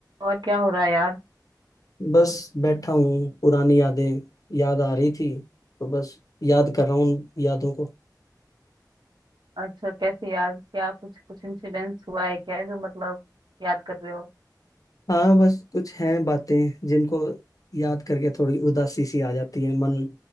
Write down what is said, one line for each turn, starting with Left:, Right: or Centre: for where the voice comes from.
Right: और क्या हो रहा है यार
Left: बस बैठा हूँ पुरानी यादें याद आ रही थी तो बस याद कर रहा हूँ उन यादों को
Right: अच्छा कैसे यार क्या कुछ कुछ इंसिडेंट्स हुआ है क्या जो मतलब याद कर रहे हो
Left: हाँ बस कुछ हैं बातें जिनको याद करके थोड़ी उदासी सी आ जाती है मन